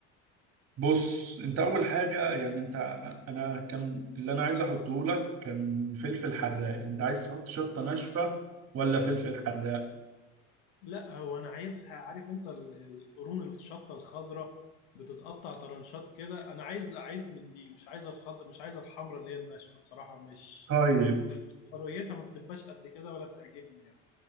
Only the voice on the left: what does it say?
لا هو انا عايزها عارف انت ال- القرون الشطه الخضراء بتتقطع طرنشات كده انا عايز عايز من دي مش عايز الخضر مش عايز الحمراء اللي هي الناشفه بصراحه مش
رؤيتها ما بتبقاش قد كده ولا بتعجبني يعني